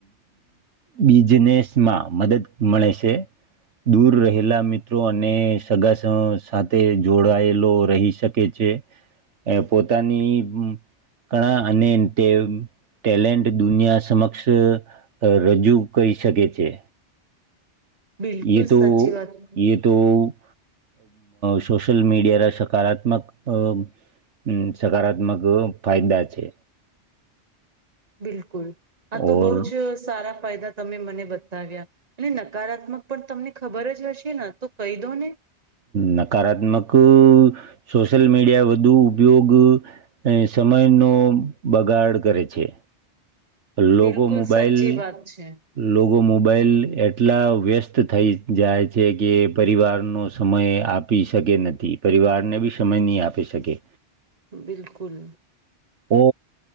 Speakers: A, on the right; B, on the right.
A: બિઝનેસમાં મદદ મળે છે દૂર રહેલા મિત્ર- - મિત્રો અને સગ સાથે જોડાયેલો રહી શકે છે. એ પોતાની કણા અને તે- - ટેલેન્ટ દુનિયા સમક્ષ રજૂ કરી શકે છે.
B: બિલકુલ
A: એતો
B: સાચી વાત
A: એતો- - સોશિયલ મીડિયાના સકારાત્મક- - સકારાત્મક ફાયદા છે.
B: બિલકુલ આ તો
A: ઓર
B: બહુ જ સારા ફાયદા- - તમે મને બતાવ્યા અને નકારાત્મક પણ તમને ખબર જ હશે ને તો કહી દો ને?
A: નકારાત્મક સોશિયલ મીડિયા વધુ ઉપયોગ- - એ સમયનો બગાડ કરે છે. લોકો
B: બિલકુલ
A: મોબાઈલ-
B: સાચી વાત છે
A: - લોકો મોબાઈલ એટલા વ્યસ્ત થઈ જાય છે કે પરિવારનો સમય આપ- - પી શકે નથી પરિવારને બી સમય નહીં આપી શકે.
B: બિલકુલ
A: ઓ